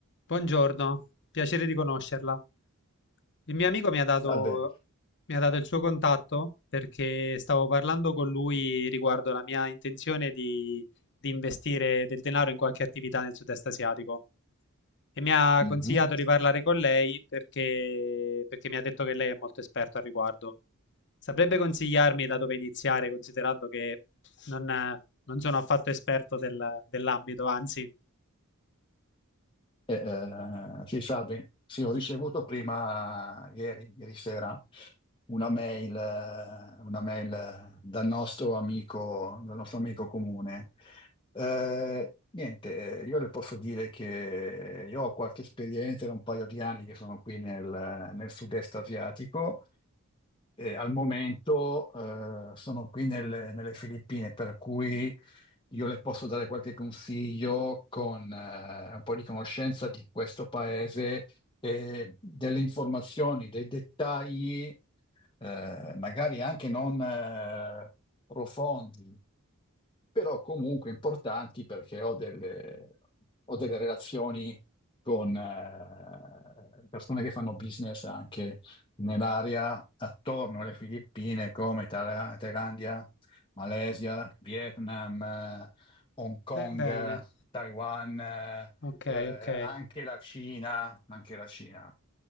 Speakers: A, on the left; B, on the left.
A: Buongiorno, piacere di conoscerla. Il mio amico mi ha dato,
B: Salve.
A: mi ha dato il suo contatto perché stavo parlando con lui riguardo la mia intenzione di, di investire del denaro in qualche attività nel sud-est asiatico e mi ha
B: Mhm.
A: consigliato di parlare con lei perché, perché mi ha detto che lei è molto esperto al riguardo. Saprebbe consigliarmi da dove iniziare, considerando che non, non sono affatto esperto del- dell'ambito, anzi.
B: Eh, eh, sì, salve. Sì, ho ricevuto prima, ieri, ieri sera, una mail, eh, una mail eh, dal nostro amico, dal nostro amico comune. Eh, niente, eh, io le posso dire che io ho qualche esperienza, da un paio di anni che sono qui nel, nel sud-est asiatico Eh, al momento eh, sono qui nelle nelle Filippine, per cui io le posso dare qualche consiglio con eh, un po' di conoscenza di questo paese e delle informazioni, dei dettagli, eh, magari anche non eh, profondi, però comunque importanti perché ho delle, ho delle relazioni con eh, persone che fanno business anche nell'area attorno alle Filippine, come Tala- Thailandia, Malesia, Vietnam, eh, Hong Kong,
A: Eh, bene,
B: eh, Taiwan, eh,
A: ok,
B: eh,
A: ok.
B: anche la Cina, anche la Cina.